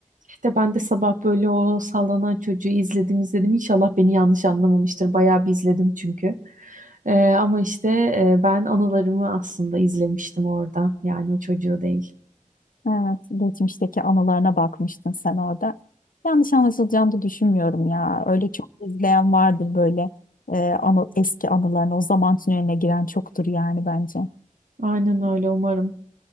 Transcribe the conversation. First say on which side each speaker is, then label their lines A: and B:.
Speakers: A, on the right (about 70°); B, on the left (about 90°).
A: İşte ben de sabah böyle o sallanan çocuğu izledim izledim. İnşallah beni yanlış anlamamıştır. Bayağı bir izledim çünkü. Ee, ama işte e, ben anılarımı aslında izlemiştim orada. Yani o çocuğu değil.
B: Evet, geçmişteki anılarına bakmıştın sen orada. Yanlış anlaşılacağını da düşünmüyorum ya. Öyle çok izleyen vardır böyle e, anı, eski anılarını. O zaman tüneline giren çoktur yani bence.
A: <laughs> Aynen öyle umarım.